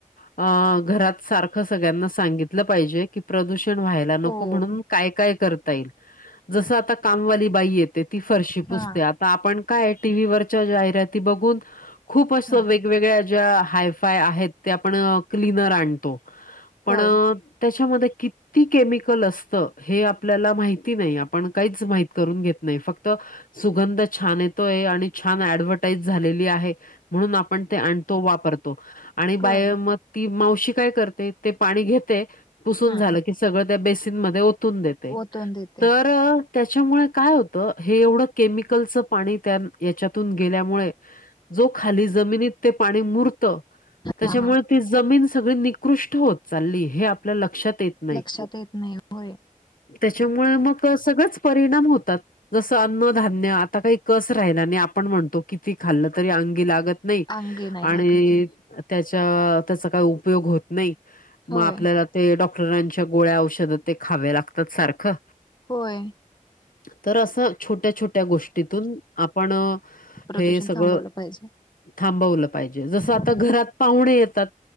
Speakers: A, on the left; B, on the left.
A: अ घरात सारखं सगळ्यांना सांगितलं पाहिजे की प्रदूषण व्हायला नको
B: हो
A: म्हणून काय काय करता येईल? जसं आता कामवाली बाई येते ती फरशी पुसते.
B: हा
A: आपण काय टीव्ही वरच्या जाहिराती बघून, खूप असं
B: हा
A: वे वेगवेगळ्या ज्या हायफाय आहेत त्या आपण क्लनर आणतो. पण,
B: होय
A: त्याच्यामध्ये की ती केमिकल असत हे आपल्याला माहिती नाही आपण काहीच माहीत करून घेत नाही फक्त सुगंध छान येतोय आणि छान ऍडव्हटाईज झालेली आहे, म्हणून आपण ते आणतो वापरतो, आणि
B: होय
A: बाय म ती मावशी काय कर ते ते पाणी घेते पुसून
B: हम्म
A: झालं की सगळं त्या बेसीन मध्ये ओतून दे ते,
B: ओतून देते
A: तर अ त्याच्यामुळे काय होत हे एवढं केमिकलचं पाणी त्या याच्यातून गेल्यामुळे जो खाली जमिनीत ते पाणी मुरत त्याच्यामुळे
B: हा हा
A: ते जमीन सगळी उत्कृष्ट होत चालली हे आपल्या लक्षात येत नाही
B: लक्षात येत नाही होय
A: त्याच्यामुळे मग सगळच परिणाम होतात जसं अन्न धान्य आता काही कस राहिल आणि आपण म्हणतो किती खाल्लं तरी अंगी लागत नाही
B: अंगे नाही
A: आणि
B: लागत आहे
A: त्याच्या त्याचा काही उपयोग होत नाही
B: होय
A: मग आपल्याला ते डॉक्टरांच्या गोळ्या औषधात ते खावे्या लागतात सारखं
B: होय
A: तर असं छोट्या छोट्या गोष्टीतून आपण
B: प्रदूषण
A: हे सगळं
B: थांबवलं पाहिजे
A: थांबवलं पाहिजे जस आ
B: हो
A: घरात पाहणे येतात